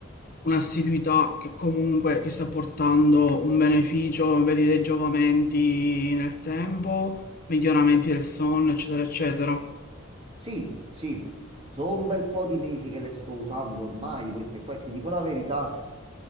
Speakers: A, on the left (about 45°); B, on the right (about 30°).
A: un'assiduità che comunque ti sta portando un beneficio, vedi dei giovamenti nel tempo, miglioramenti del sonno, eccetera, eccetera.
B: Sì, sì, sono un bel po' di mesi che le sto usando ormai, queste qua, ti dico la verità.